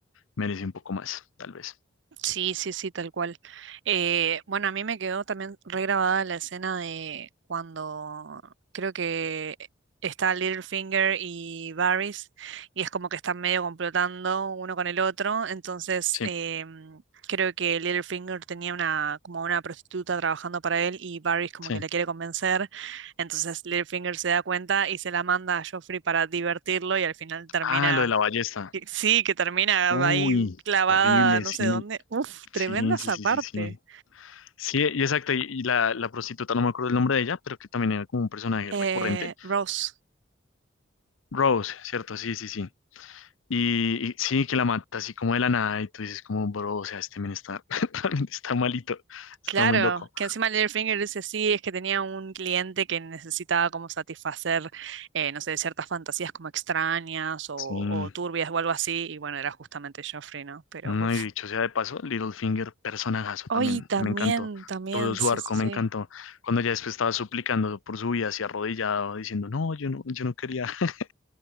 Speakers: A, on the left; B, on the right.
A: merece un poco más, tal vez.
B: Sí, sí, sí, tal cual. Eh, bueno, a mí me quedó también regrabada la escena de cuando creo que está Littlefinger y Varys y es como que están medio complotando uno con el otro. Entonces,
A: Sí,
B: em, creo que Littlefinger tenía una como una prostituta trabajando para él y Varys como
A: sí.
B: que la quiere convencer. Entonces, Littlefinger se da cuenta y se la manda a Joffrey para divertirlo y al final termina
A: Ah, lo de la ballesta.
B: que- Sí, que termina
A: Uy,
B: ahí clavada
A: horrible,
B: no
A: sí,
B: sé dónde. Uf, tremenda
A: sí,
B: esa
A: sí, sí,
B: parte.
A: sí, sí. Sí, y exacto, y, y la, la prostituta, no me acuerdo el nombre de ella, pero que también era como un personaje
B: Eh,
A: recurrente.
B: Rose,
A: Rose, ¿cierto? Sí, sí, sí. Y, y sí, que la mata así como de la nada y tú dices como, bro, o sea, este men está, <laughs> realmente está malito, está
B: claro,
A: muy loco.
B: que encima Littlefinger dice sí, es que tenía un cliente que necesitaba como satisfacer, eh, no sé, ciertas fantasías como extrañas o,
A: Sí,
B: o turbias o algo así, y bueno, era justamente Joffrey, ¿no? Pero
A: no
B: uf.
A: he dicho sea de paso, Littlefinger, personajazo
B: Hoy
A: también,
B: también,
A: me encantó.
B: también,
A: Todo su
B: sí,
A: arco
B: sí, sí.
A: me encantó. Cuando ya después estaba suplicando por su vida, así arrodillado, diciendo, no, yo no, yo no quería. <laughs>